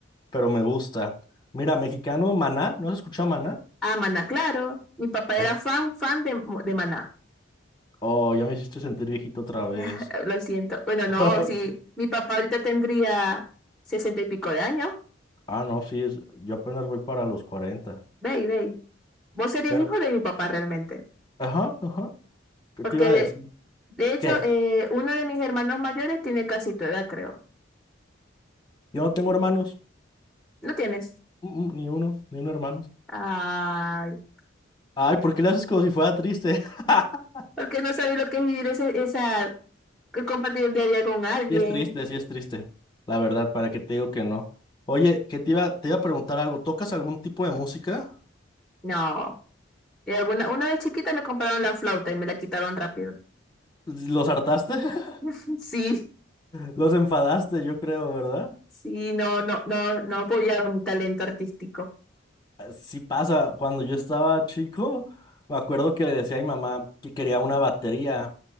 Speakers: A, on the left; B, in the centre.
A: pero me gusta. Mira, mexicano, Maná, ¿no has escuchado Maná?
B: Ah, Maná, claro. Mi papá
A: Es-
B: era fan, fan de, de Maná.
A: Oh, ya me hiciste sentir viejito otra vez.
B: <laughs> Lo siento. Bueno, no,
A: <laughs>
B: sí. Mi papá ahorita tendría sesenta y pico de años.
A: Ah, no, sí, es, yo apenas voy para los 40.
B: Ve, ve. Vos serías
A: Pero,
B: hijo de mi papá realmente.
A: ajá, ajá, ¿qué
B: Porque
A: te iba a
B: de,
A: decir?
B: de hecho,
A: ¿Qué?
B: eh, uno de mis hermanos mayores tiene casi tu edad, creo.
A: Yo no tengo
B: Sí.
A: hermanos,
B: ¿No tienes?
A: Mm, mm, ni uno, ni un hermano.
B: Ay,
A: Ay, ¿por qué le haces como si fuera triste? <laughs>
B: porque no sabes lo que es vivir esa, esa, que compartir el día a día con alguien.
A: Sí es triste, sí es triste. La verdad, ¿para qué te digo que no? Oye, que te iba, te iba a preguntar algo. ¿Tocas algún tipo de música?
B: No. Y alguna, una vez chiquita me compraron la flauta y me la quitaron rápido.
A: ¿Los hartaste? <laughs>
B: <laughs> Sí,
A: ¿Los enfadaste, yo creo, ¿verdad?
B: sí, no, no, no, no apoyaron mi talento artístico.
A: Ah, Sí pasa. Cuando yo estaba chico, me acuerdo que le decía a mi mamá que quería una batería